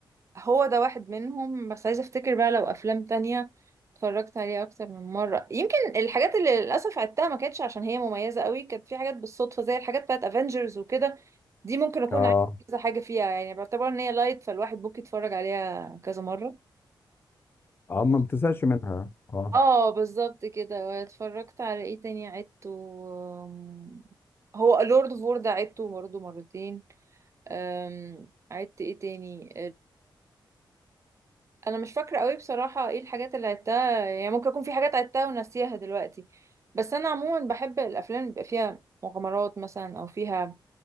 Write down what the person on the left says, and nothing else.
اه
اه ما بتزهقش منها اه